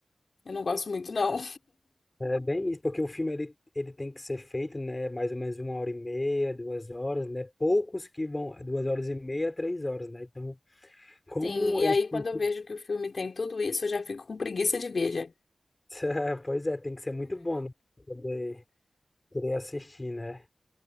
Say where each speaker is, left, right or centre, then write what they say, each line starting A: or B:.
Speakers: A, on the left; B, on the left.
A: eu não gosto muito não.
B: É bem isso, porque o filme ele, ele tem que ser feito, né, mais ou menos uma hora e meia, duas horas, né, poucos que vão duas horas e meia, três horas, né, então
A: <laughs>
B: como
A: Sim, e
B: eles
A: aí quando
B: têm que...
A: eu vejo que o filme tem tudo isso, eu já fico com preguiça de ver, já.
B: <laughs> Pois é, tem que ser muito bom, né, pra poder querer assistir, né,